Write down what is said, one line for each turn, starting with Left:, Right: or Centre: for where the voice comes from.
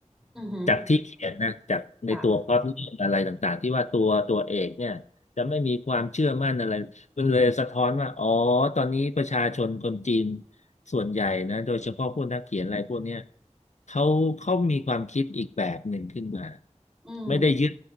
Centre: อือหือ
Left: จากที่เขียนนะ จากในตัวพล็อตเรื่องอะไรต่างๆที่ว่าตัวตัวเอกเนี่ยจะไม่มีความเชื่อมั่นอะไรมันเลยสะท้อนว่า
Centre: จ้ะ
Left: อ๋อตอนนี้ประชาชนคนจีนส่วนใหญ่นะ โดยเฉพาะพวกนักเขียนอะไรพวกเนี้ยเขาเขามีความคิดอีกแบบหนึ่งขึ้นมา
Centre: อืม
Left: ไม่ได้ยึด